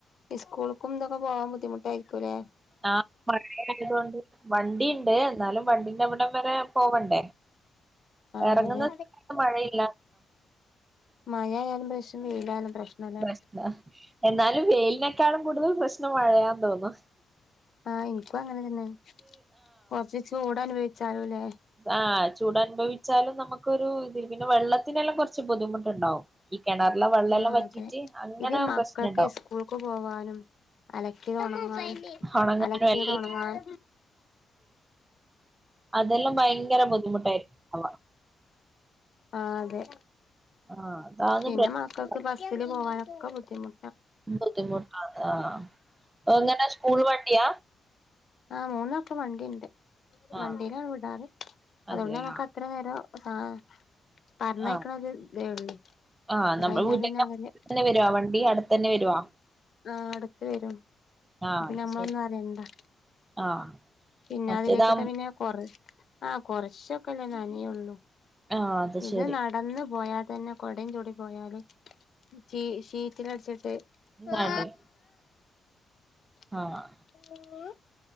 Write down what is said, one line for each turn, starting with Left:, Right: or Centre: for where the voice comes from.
Left: സ്കൂൾക്കുംന്തൊക്കെ പോവാൻ ബുദ്ധി ബുദ്ധിമുട്ടായിരിക്കൂലെ
Right: ആഹ് മഴ ആയതൊണ്ട് വണ്ടിയുണ്ട് എന്നാലും വണ്ടീന്റെവിടെ വരെ പോവണ്ടേ
Left: ആഹ്
Right: ഇറങ്ങുന്ന
Left: അതെ
Right: സ്ഥലത്ത് മഴയില്ല
Left: മയയയാലും പ്രശ്‌നം വെയിലായാലും പ്രശ്നല്ലേ
Right: പ്രശ്‌നാ എന്നാലും വേലിനൊക്കെ ക്കാളും കൂടുതൽ പ്രശ്നം മഴയാന്ന് തോന്നു
Left: ആഹ് എനിക്കും അങ്ങനെ തന്നെ കൊറച്ച് ചൂട് അനുഭവിച്ചാലുംല്ലേ
Right: ആ ചൂട് അനുഭവിച്ചാലും നമുക്കൊ ഒരു ഇത് പിന്നെ വെള്ളത്തിനെല്ലാം കുറച്ച് ബുദ്ധിമുട്ടുണ്ടാവും കിണറിലെ വെള്ളെല്ലാം
Left: ആഹ്
Right: വറ്റിട്ട്
Left: അതെ
Right: അങ്ങനെ
Left: ഇത് മക്കൾക്ക്
Right: പ്രശ്നണ്ടാവും
Left: സ്കൂൾക്ക് പോവാനും അല ക്കിയോണങ്ങാന് അഹ്
Right: ഒണങ്ങാനും
Left: അലക്കിയതൊണങ്ങാൻ
Right: എല്ലാം അതെല്ലാം ഭയങ്കര ബുദ്ധിമുട്ടായിരിക്കും ഉണ്ടാവ
Left: ആ അതെ
Right: ആഹ് അതാണ്
Left: പിന്നെ
Right: പ്രശ്നം
Left: മക്കൾക്ക് ബസ്സില് പോവാനൊ ഒക്കെ ബുദ്ധിമു
Right: ബുദ്ധിമുട്ടാണ് ആ എങ്ങനെ സ്കൂൾ വണ്ടിയ
Left: ആഹ് മോനൊക്കെ വണ്ടി ഉണ്ട്
Right: ആഹ്
Left: വണ്ടീനാണ് വിടാറ് അതുകൊണ്ട്
Right: അതെ
Left: നമുക്ക്
Right: ആഹ്
Left: അത്രേ നേരോം ഹാ പറഞ്ഞെക്കണത്
Right: ആഹ്
Left: ഇതേയുള്ളു
Right: ആഹ് നമ്മൾ
Left: കഴിഞ്ഞ
Right: വീട്ടിന്റെ
Left: പിന്നെ അവന്
Right: അടുത്തന്നെ വരുവാ വണ്ടി അടുത്തന്നെ വരുവാ
Left: ആഹ് അടുത്ത് വരും
Right: ആഹ്
Left: പിന്നെ
Right: അത്
Left: നമ്മളൊന്നും
Right: ശരി
Left: അറിയണ്ടാ
Right: ആഹ്
Left: പിന്നെ
Right: മറ്റേതാ
Left: അതിലേക്കിട്ട പിന്ന കൊറ ആഹ് കൊറച്ചൊക്കെല്ലേ നനേയുള്ളൂ
Right: ആഹ് അത്
Left: ഇത്
Right: ശരി
Left: നടന്നു പോയാ തന്നെ കൊടയും ചൂടി പോയാല് ചീ ഷീറ്റിലടിച്ചിട്ട്
Right: എന്നാടെ
Left: വാ ഊ
Right: ആഹ്